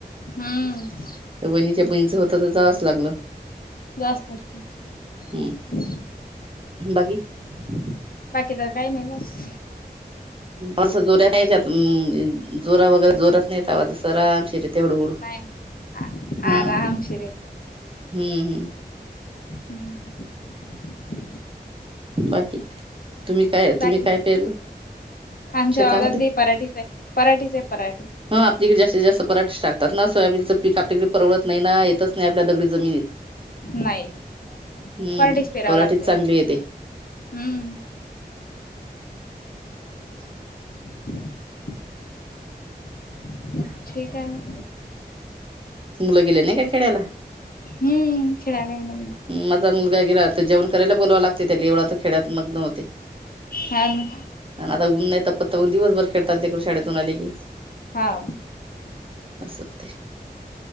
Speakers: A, on the left; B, on the right.
A: हम्म
B: तर वहिणीच्या बहीणीच होत, तर जावच लागलं.
A: <unintelligible>
B: हम्म बाकी <inaudible>
A: बाकी तर काही नाही बस.
B: असं, जोऱ्या नाहीच्या जोरा वगैर जोरात नाही आवाज अस आरामशीर हळूहळू
A: नाही नाही
B: हा
A: आरामशिरय
B: हम्म हम्म
A: <unintelligible> <unintelligible>
B: बाकी तुम्ही काय
A: बाकी.
B: तुम्ही काय पेरलं
A: आमच्या
B: शेतामध्ये
A: वावरात बी कर पराठीेचय, पराठीेचे आहे पराठीे.
B: ह आपलीकडे जास्तीत जास्त पराठीे टाकतात ना. सोयाबीनचं पीक आपल्याकडे परवडत नाही ना. येत नाही आपल्या दगडी जमिनीत.
A: नाही
B: हम्म,
A: पराठीच पेरावं
B: पराठीेच
A: लागतंय
B: चांगली येते.
A: हम्म <unintelligible> ठीकाय म. <inaudible>
B: मुलं गेले नाही का खेड्याला?
A: हम्म खेळायला गेले
B: माझा मुलगा गेला आता. जेवण करायला बोलावं लागते त्याला, एवढा तर खेळ्यात मग्न व्हते.
A: हाव
B: आणि आता ऊन नाही त पत दिवसभर खेळतात लेकरं, शाळेतून आले की.
A: हो
B: अस होतंय.